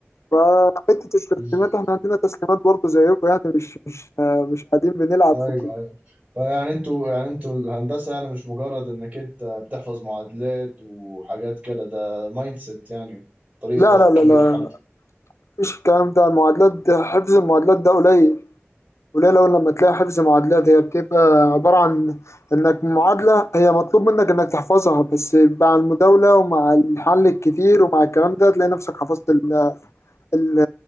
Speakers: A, on the left (about 85°); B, on the right (about 30°).
A: فحته التسليمات
B: مم.
A: احنا عندنا تسليمات برضه زيكم يعني مش مش آه مش قاعدين بنلعب
B: ايوه
A: في الكليه
B: ايوه فيعني انتوا يعني انتوا الهندسه يعني مش مجرد انك انت بتحفظ معادلات وحاجات كده ده مايند سيت يعني طريقه
A: لا
B: تفكير
A: لا لا لا
B: حلو
A: مفيش الكلام ده المعادلات حفظ المعادلات ده قليل وليه لو لما تلاقي حفظ معادلات هي بتبقى عبارة عن إنك معادلة هي مطلوب منك إنك تحفظها بس مع المداولة ومع الحل الكتير ومع الكلام ده تلاقي نفسك حفظت ال- ال-